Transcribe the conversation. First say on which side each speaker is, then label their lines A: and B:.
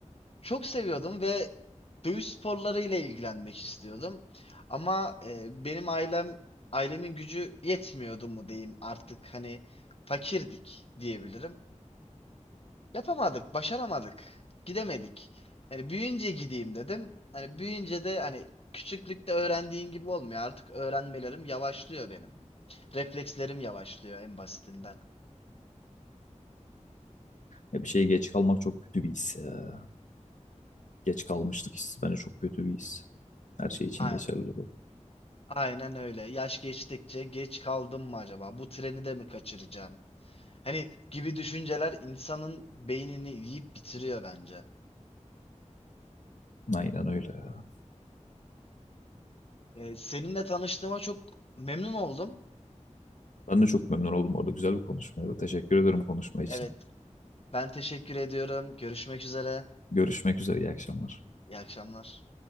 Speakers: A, on the left; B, on the left.
A: çok seviyordum ve dövüş sporlarıyla ilgilenmek istiyordum. Ama e, benim ailem ailemin gücü yetmiyordu mu diyeyim artık hani fakirdik diyebilirim. Yapamadık, başaramadık. Gidemedik. Hani büyüyünce gideyim dedim. Hani büyüyünce de hani küçüklükte öğrendiğin gibi olmuyor. Artık öğrenmelerim yavaşlıyor benim. Reflekslerim yavaşlıyor en basitinden.
B: Ya bir şeye geç kalmak çok kötü bir his ya. Geç kalmışlık hissi bence çok kötü bir his. Her şey için
A: A-
B: geçerli bu.
A: Aynen öyle. Yaş geçtikçe geç kaldım mı acaba? Bu treni de mi kaçıracağım? Hani gibi düşünceler insanın beynini yiyip bitiriyor bence.
B: Aynen öyle ya.
A: Ee, seninle tanıştığıma çok memnun oldum.
B: Ben de çok memnun oldum orada. Güzel bir konuşmaydı. Teşekkür ederim konuşma için.
A: Evet, ben teşekkür ediyorum. Görüşmek üzere.
B: Görüşmek üzere. iyi akşamlar.
A: İyi akşamlar.